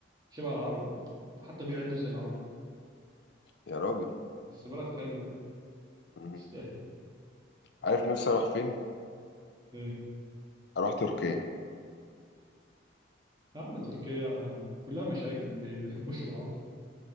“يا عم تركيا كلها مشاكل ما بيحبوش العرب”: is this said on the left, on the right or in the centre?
Right